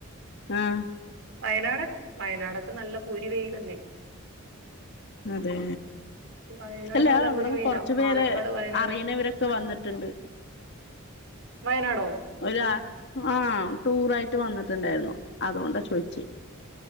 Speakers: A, on the left; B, on the right.
A: ആ
B: വയനാട്, വയനാടൊക്കെ നല്ല പൊരി വെയിലല്ലേ?
A: അതെ,
B: വയനാടൊക്കെ
A: അല്ല
B: നല്ല
A: അവിടെന്ന്
B: പൊരി വെയിലാ
A: കൊറച്ചു
B: പാലക്കാട്
A: പേരെ..
B: വയനാട്
A: അറിയണവരൊക്കെ വന്നിട്ടുണ്ട്.
B: വയനാടോ?
A: ഒര ആഹ, ടൂറായിട്ട് വന്നിട്ടുണ്ടായിരുന്നു. അതോണ്ട ചോദിച്ചത്.